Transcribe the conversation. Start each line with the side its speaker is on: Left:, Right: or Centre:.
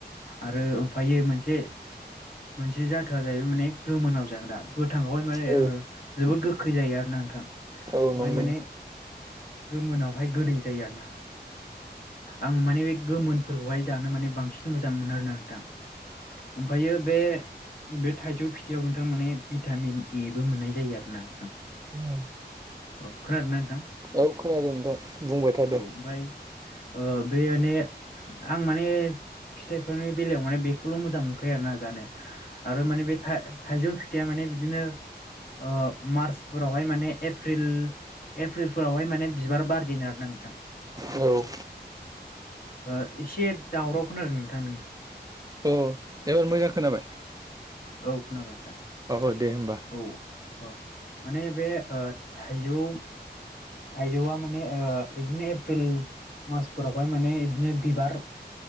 Left: आरो ओमफायो मोनसे मोनसे जाथोआ जाहैबाय माने गोमोनाव जाग्रा गोथांआवहाय माने
Right: औ
Left: ओ जोबोद गोखै जायो आरो ना। नोंथां
Right: औ
Left: ओमफाय
Right: नंगौ।
Left: माने गोमोनावहाय गोदै जायो आरोना। आं माने बे गोमोनफोरखौहाय जानो माने बांसिन मोजां मोनो आरोना। थां ओमफायो बे बे थाइजौ फिथाइयाव थां माने भिटामिन एबो मोननाय जायो आरोना नोंथां।
Right: दहाय
Left: औ खोनादोंना नोंथां
Right: औ खोनादों नोंथां बुंबाय था
Left: औ
Right: दे।
Left: ओमफ्राय ओ बे ने आं माने फिथाइफोरनि बेलायाव माने बेखौल' मोजां मोनखायो आरोना। जानो आरो माने बे था-थाइजौ फिथाइया माने बिदिनो ओ मार्चफोरावहाय माने एप्रिल एप्रिलफोरावहाय माने बिबार बार जेनो आरोना नोंथां।
Right: औ
Left: ओ एसे दावराव खोनादों नोंथां नों
Right: अ' एबार मोजां खोनाबाय?
Left: औ खोनाबाय नोंथां
Right: औ दे होमबा।
Left: औ औ माने बे ओ थाइजौ थाइजौआ माने ओ इदिनो एप्रिल मासफोरावहाय माने इदिनो बिबार